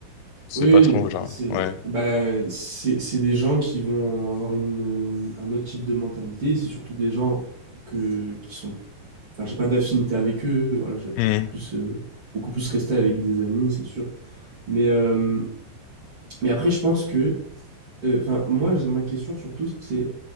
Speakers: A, on the left; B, on the right.
A: c'est
B: Oui,
A: pas trop, genre.
B: oui, c'est
A: Ouais.
B: bah c'est c'est des gens qui vont avoir une un autre type de mentalité, c'est surtout des gens que qui sont enfin j'ai pas d'affinité avec eux, voilà, je vais être
A: Mhm.
B: beaucoup plus euh, beaucoup plus resté avec des amis, c'est sûr. Mais euh, mais après je pense que euh, enfin moi j'ai- ma question surtout c'est